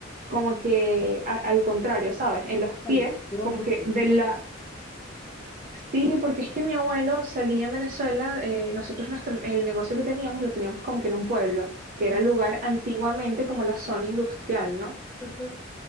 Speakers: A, on the right; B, on the left.
A: como que a- al contrario, ¿sabes? En los
B: Ah,
A: pies,
B: Le hicieron
A: como
B: brujería.
A: que de la Sí, porque es que mi abuelo salía en Venezuela, eh, nosotros nuestro, el negocio que teníamos lo teníamos como que en un pueblo, que
B: Ujú,
A: era el lugar antiguamente como la zona industrial, ¿no?
B: ajá.